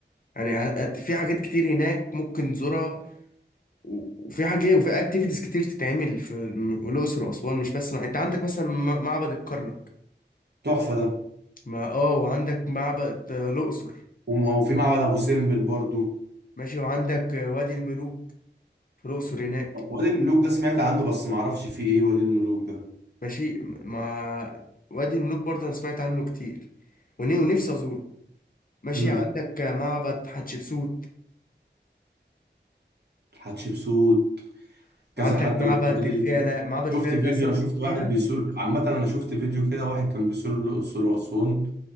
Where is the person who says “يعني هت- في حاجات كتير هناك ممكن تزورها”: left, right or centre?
Left